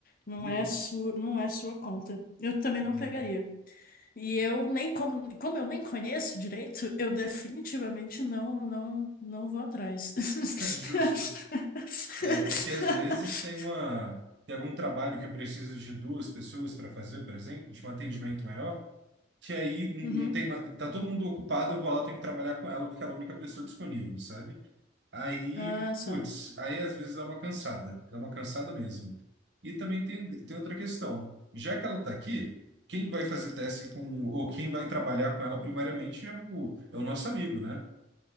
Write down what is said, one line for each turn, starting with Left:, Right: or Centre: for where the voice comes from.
Left: Não
Right: Uhum.
Left: é sua, não é sua conta. Eu também não pegaria.
Right: É.
Left: E eu nem como, como eu nem conheço direito, eu definitivamente não não não vou atrás. <laughs>
Right: <laughs> Justo. É, é que às vezes tem uma tem algum trabalho que precisa de duas pessoas para fazer, por exemplo, de um atendimento maior, que aí não,
Left: Uhum.
Right: não tem ma- tá todo mundo ocupado, eu vou lá, eu tenho que trabalhar com ela porque ela é a única pessoa disponível, sabe? Aí,
Left: Ah, só.
Right: putz, aí às vezes dá uma cansada, dá uma cansada mesmo. E também tem, tem outra questão. Já que ela tá aqui, quem vai fazer teste com ou quem vai trabalhar com ela primariamente é o, é o nosso amigo, né?